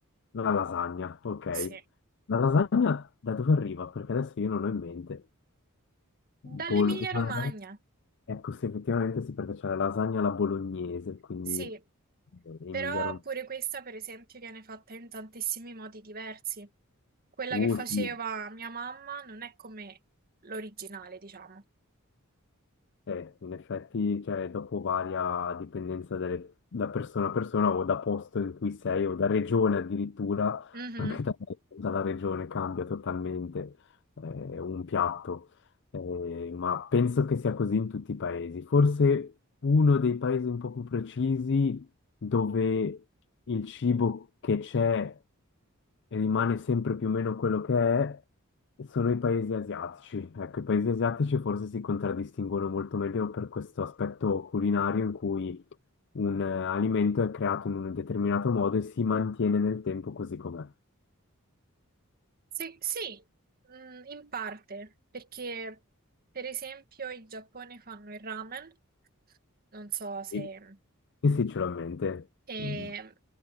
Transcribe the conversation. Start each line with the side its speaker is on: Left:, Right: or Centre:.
Left: La lasagna, ok.
Right: sì.
Left: La lasagna da dove arriva? Perché adesso io non ho in mente. Bol-
Right: Dall'Emilia-Romagna,
Left: lasagna? Ecco, sì, effettivamente sì, perché c'è la lasagna alla bolognese, quindi
Right: sì.
Left: eh,
Right: Però
Left: Emilia Romagna.
Right: pure questa, per esempio, viene fatta in tantissimi modi diversi. Quella
Left: Uh,
Right: che faceva
Left: sì.
Right: mia mamma non è come l'originale, diciamo.
Left: Eh, in effetti, cioè, dopo varia a dipendenza dalle- da persona a persona o da posto in cui sei o da regione addirittura,
Right: Mhm.
Left: anche da- dalla regione cambia totalmente eh, un piatto. Eh, ma penso che sia così in tutti i paesi. Forse uno dei paesi un po' più precisi dove il cibo che c'è rimane sempre più o meno quello che è, sono i paesi asiatici. Ecco, i paesi asiatici forse si contraddistinguono molto meglio per questo aspetto culinario in cui un eh, alimento è creato in un determinato modo e si mantiene nel tempo così com'è.
Right: Sì, sì, mm, in parte, perché per esempio in Giappone fanno il ramen, non so se...
Left: E, e sì, ce l'ho in mente.
Right: E,
Left: Mm,